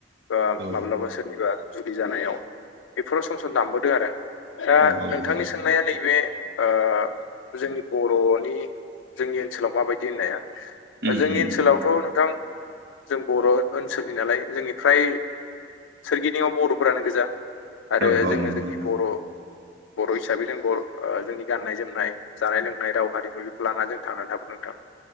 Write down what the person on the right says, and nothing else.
औ
औ औ
नंगौ
उम
उम
औ औ
नंगौ
नोंथां